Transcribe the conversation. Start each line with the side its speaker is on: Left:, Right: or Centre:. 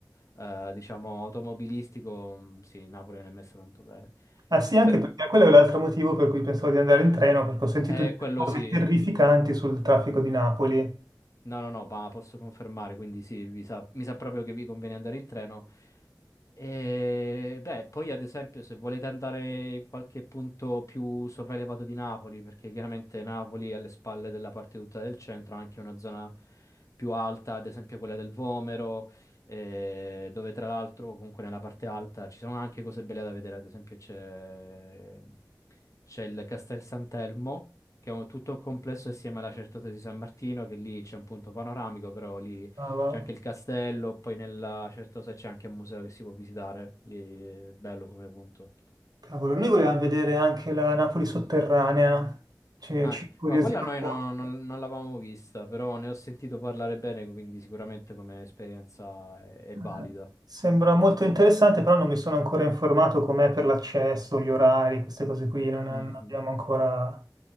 Left: eh, diciamo, automobilistico, mh, sì, Napoli non è messa tanto bene.
Right: Ah sì, anche
Left: Per-
Right: perché quello è l'altro motivo per cui pensavo di andare in treno, perché ho sentito
Left: eh,
Right: dire
Left: quello
Right: cose
Left: sì,
Right: terrificanti sul traffico di Napoli.
Left: No, no, no, ma posso confermare, quindi sì, vi sa- mi sa proprio che vi conviene andare in treno. E, beh, poi ad esempio se volete andare in qualche punto più sopraelevato di Napoli, perché chiaramente Napoli è alle spalle della parte tutta del centro, ha anche una zona più alta, ad esempio quella del Vomero, eh, dove tra l'altro comunque nella parte alta ci sono anche cose belle da vedere, ad esempio c'è c'è il Castel Sant'Elmo, che è un- tutto un complesso assieme alla Certosa di San Martino, che lì c'è un punto panoramico, però lì
Right: Cavolo.
Left: c'è anche il castello, poi nella Certosa c'è anche un museo che si può visitare, lì è bello come punto.
Right: Cavolo, noi volevamo vedere anche la Napoli sotterranea, cioè,
Left: Anche,
Right: ci incuriosiva
Left: no, quella noi
Right: un po'.
Left: no- non, non l'avevamo vista, però ne ho sentito parlare bene, quindi sicuramente come esperienza è, è
Right: Eh,
Left: valida.
Right: Sembra molto interessante, però non mi sono ancora informato com'è per l'accesso, gli orari, queste cose qui, non, non
Left: Mhm.
Right: abbiamo ancora...